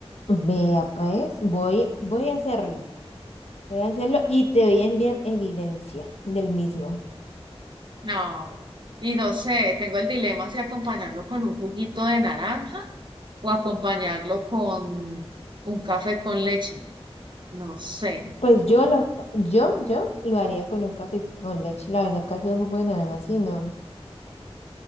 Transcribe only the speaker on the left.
vea, pues, voy, voy a hacerlo. Voy a hacerlo y te voy a enviar evidencia del mismo.
Pues yo lo, yo, yo lo haría con un café con leche. La verdad, casi es buena, así no.